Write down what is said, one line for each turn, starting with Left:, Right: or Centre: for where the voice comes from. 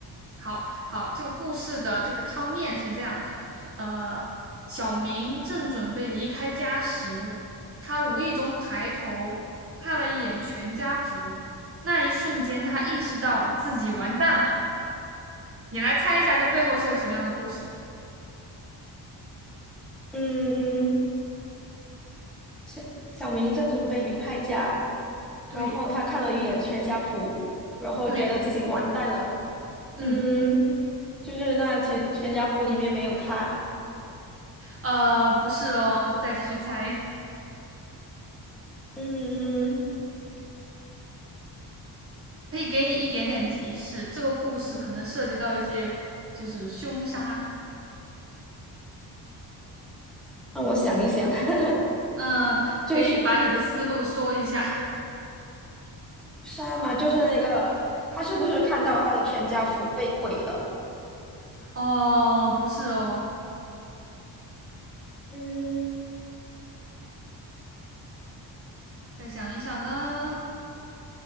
Right: 好好，这个故事的这个汤面是这样的，呃，小明正准备离开家时，他无意中抬头看了一眼全家福，那一瞬间他意识到自己完蛋了。你来猜一下，这背后是个什么样的故事？
Centre: 嗯，小小明正准备离开家，
Right: 对
Centre: 然后他看了一眼全家福，然后觉得自己完蛋了，
Right: 对，嗯，
Centre: 嗯，就是那全全家福里面没有他，
Right: 呃，不是哦，再继续猜，<laughs>
Centre: 嗯，
Right: 可以给你一点点提示，这个故事可能涉及到一些就是凶杀，
Centre: 让我想一想，<laughs>
Right: 嗯，
Centre: 就是
Right: 可以把你的思路说一下。
Centre: 杀嘛，就是那个他是不是看到他的全家福被毁了？
Right: <laughs> 哦，不是哦，
Centre: 嗯，
Right: 再想一想呢，